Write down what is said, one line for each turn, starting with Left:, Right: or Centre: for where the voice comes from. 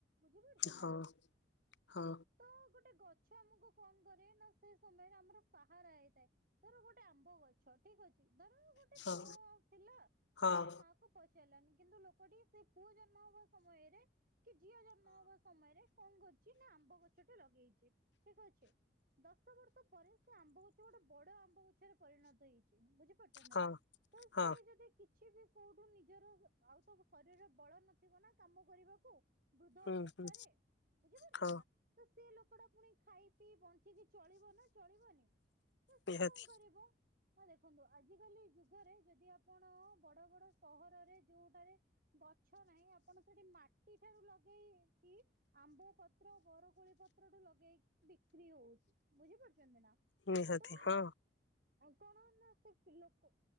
Right: ବୁଝିପାରୁଚନ୍ତି
Left: ହଁ
Right: ନା
Left: ହଁ
Right: ତ ଗୋଟେ ଗ ଛ ଆମୁକୁ କଉ କରେ ନା ସେ ସମୟରେ ଆମର ସାହାରା ହେଇଥାଏ ଧର ଗୋଟେ ଆମ୍ବ ଗ ଛ ଠିକ ଅଛି ଧର ଗୋଟେ
Left: ହଁ ହଁ
Right: ପୁଅ ଆଉ ଥିଲା
Left: ହଁ
Right: ସେ ତା ମା କୁ ପଚାରିଲାନି। କିନ୍ତୁ ଲୋକଟି ସେ ପୁଅ ଜନ୍ମ ହବା ସମୟରେ କି ଝିଅ ଜନ୍ମ ହବା ସମୟରେ କଣ କରୁଚି ନା ଆମ୍ବ ଗଛ ଟେ ଲଗେଇଚି ଠିକ ଅଛି। ଦଶ ବର୍ଷ ପରେ ସେ ଆମ୍ବ ଗୁଛ ଗୋଟେ ବଡ ଆମ୍ବ ଗଛରେ ପରିଣତ ହେଇଚି। ବୁଝିପାରୁଚନ୍ତି
Left: ହଁ
Right: ନା?
Left: ହଁ
Right: ତ ସିଏ
Left: ହଁ
Right: ଯଦି କିଛି ବି କୋଉଠୁ ନିଜର ଆଉ ତ ଶରୀରରେ ବଳ ନଥିବ ନା କାମ କରିବାକୁ ବୃଦ୍ଧ
Left: ହୁଁ
Right: ଅବସ୍ଥାରେ।
Left: ହୁଁ
Right: ବୁଝିପାରୁଚନ୍ତି
Left: ହଁ
Right: ନା। ତ ସେ ଲୋକଟା ପୁଣି ଖାଇ ପିଇ ବଞ୍ଚିକି ଚଳିବ ନା ଚଳିବନି? ତ ସେ
Left: ନିହାତି
Right: କଣ କରିବ? ହଁ ଦେଖନ୍ତୁ ଆଜିକାଲି ଯୁଗରେ ଯଦି ଆପଣ ବଡ ବଡ ସହରରେ ଯୋଉଟାରେ ଗଛ ନାହିଁ ଆପଣ ସେଠି ମାଟି ଠାରୁ ଲଗେଇକି ଆମ୍ବ ପତ୍ର ବରକୋଳି ପତ୍ରଠୁ ଲଗେଇକି ବିକ୍ରି ହଉଚି। ବୁଝିପାରୁଚନ୍ତି ନା
Left: ନିହାତି
Right: ତ
Left: ହଁ
Right: କଣ ନା ସେ ଲୋକ